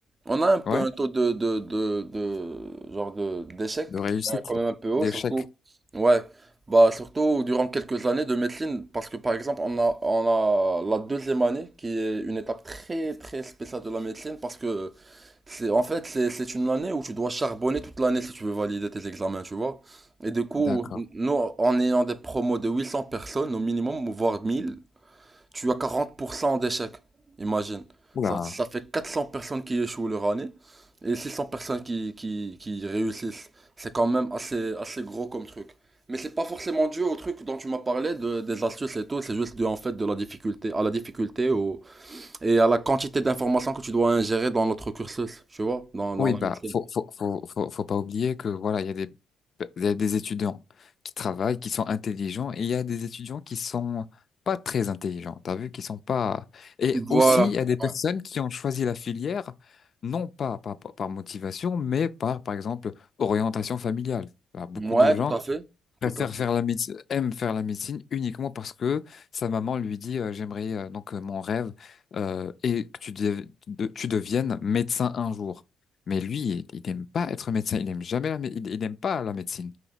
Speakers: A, on the right; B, on the left.
A: on a un peu
B: ouais,
A: un taux de de de, de genre de d'échec
B: de réussite,
A: qui est quand même un peu haut
B: d'échec.
A: surtout ouais bah surtout durant quelques années de médecine parce que par exemple on a on a la deuxième année qui est une étape très très spéciale de la médecine parce que c'est en fait c'est c'est une année où tu dois charbonner toute l'année si tu veux valider tes examens tu vois et du coup
B: D'accord.
A: nous en ayant des promos de 800 personnes au minimum voire 1000 tu as 40% d'échecs, imagine.
B: Oula,
A: Ça, ça fait 400 personnes qui échouent leur année et 600 personnes qui, qui, qui réussissent. C'est quand même assez, assez gros comme truc. Mais c'est pas forcément dû au truc dont tu m'as parlé, de, des astuces et tout, c'est juste dû en fait de la difficulté, à la difficulté au, et à la quantité d'informations que tu dois ingérer dans notre cursus, tu vois, dans,
B: Oui,
A: dans la
B: bah,
A: médecine.
B: faut, faut, faut, faut, faut pas oublier que voilà, il y a des, il y a des étudiants qui travaillent, qui sont intelligents, et il y a des étudiants qui sont pas très intelligents. T'as vu, qui sont pas. Et
A: Voilà.
B: aussi, il y a des personnes
A: Ouais,
B: qui ont choisi la filière, non pas par, par par motivation, mais par, par exemple, orientation familiale. Bah, beaucoup
A: Ouais,
B: de
A: tout
B: gens
A: à fait.
B: préfère
A: Tout à fait.
B: faire la médecine, aime faire la médecine uniquement parce que sa maman lui dit euh, j'aimerais euh, donc euh, mon rêve euh, et que tu, dev- de- tu deviennes médecin un jour. Mais lui, il n'aime pas être médecin, il n'aime jamais la mé- il, il aime pas la médecine.